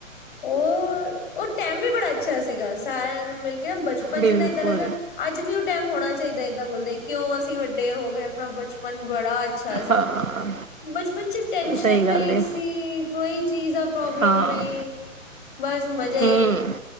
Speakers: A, on the left; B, on the right.
A: ਉਹ ਉਹ ਟਾਈਮ ਵੀ ਬੜਾ ਅਛਾ ਸੀਗਾ ਸਾਰਿਆ ਮਿਲ ਕੇ ਨਾ ਬਚਪਨ
B: ਬਿਲਕੁਲ
A: ਚ' ਨਾ ਏਦਾ ਲਗਦਾ ਅਜ ਵੀ ਉਹ ਟਾਈਮ ਹੋਣਾ ਚਾਹੀਦਾ ਏਦਾ ਬੋਲਦੇ ਕਿਉ ਅਸੀ ਵਡੇ ਹੋ ਗਏ ਆਪਣਾ ਬਚਪਨ ਬੜਾ ਅਛਾ ਸੀ।
B: ਹਾਂ
A: ਬਚਪਨ ਚ ਟੈਂਨਸ਼ਨ
B: ਸਹੀ
A: ਨਹੀਂ
B: ਗੱਲ ਏ
A: ਸੀ ਕੋਈ ਚੀਜ਼ ਦਾ ਪ੍ਰੋਬਲਮ
B: ਹਾਂ
A: ਨਹੀਂ। ਬਸ ਮਜ਼ਾ
B: ਹੂੰ
A: ਈ,